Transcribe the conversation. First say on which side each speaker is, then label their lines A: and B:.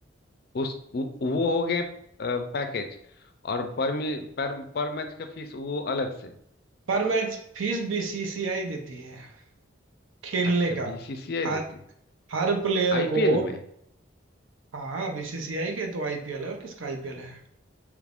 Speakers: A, on the left; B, on the right.
A: उस वो वो हो गए पैकेज और पर मी पर पर मैच का फीस वो अलग से
B: पर मैच फीस बीसीसीआई देती है खेलने
A: अच्छा
B: का
A: बीसीसीआई
B: हर
A: देती
B: हर प्लेयर
A: आईपीएल
B: को
A: में
B: हाँ बीसीसीआई के तो आईपीएल है और किसका आईपीएल है